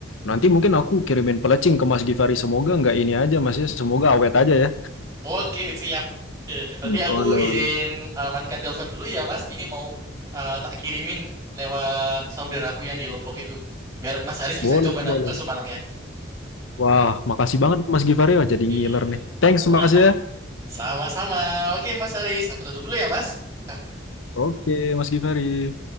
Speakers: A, on the left; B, on the right.
A: nanti mungkin aku kirimin pelecing ke Mas Givari. Semoga nggak ini aja Mas ya. Semoga awet aja ya.
B: Oke, siap. Ya, Berarti aku
A: Boleh,
B: izin
A: boleh.
B: eh, matikan telepon dulu ya, Mas. Ini mau eh, tak kirimin lewat saudaraku yang di Lombok itu. Biar Mas Haris
A: Boleh,
B: bisa coba na-
A: boleh.
B: bakso Malangnya.
A: Wah, makasih banget Mas Givari. Wah, jadi
B: Gitu
A: ngiler
B: ya.
A: nih. Thanks
B: <laughs>
A: Mas ya.
B: Sama-sama. Oke, Mas Haris. Aku tutup dulu ya, Mas. Ka-
A: Oke, Mas Givari.